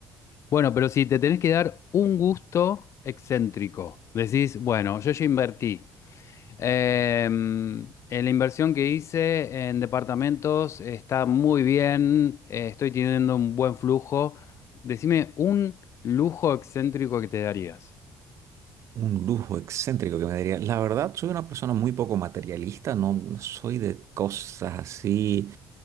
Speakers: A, on the left; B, on the right.
A: Bueno, pero si te tenés que dar un gusto excéntrico, decís, bueno, yo ya invertí. Eh, eh, la inversión que hice en departamentos está muy bien, eh, estoy teniendo un buen flujo. Decime un lujo excéntrico que te darías.
B: Un lujo excéntrico que me daría. La verdad, soy una persona muy poco materialista, no, no soy de cosas así,